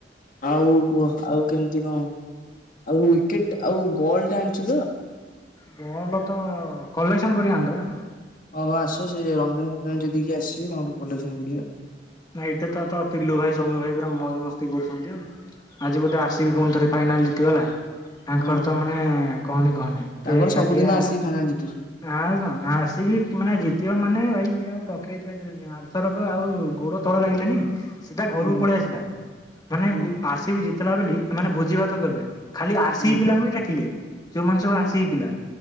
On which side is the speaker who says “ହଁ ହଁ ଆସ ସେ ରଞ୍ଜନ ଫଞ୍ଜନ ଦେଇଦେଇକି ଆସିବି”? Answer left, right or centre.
Left